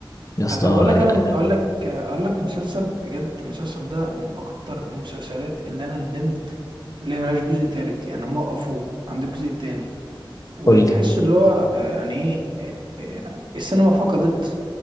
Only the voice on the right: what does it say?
آه، طب اقول لك انا
اقول لك اقول لك مسلسل بجد المسلسل ده من اكتر المسلسلات اللي انا ندمت اللي هي ملهاش جزء تالت يعني هم وقفوه عند الجزء التاني وتحس
اللي هو آه، يعني ايه آه، آه، يعني السينما فقدت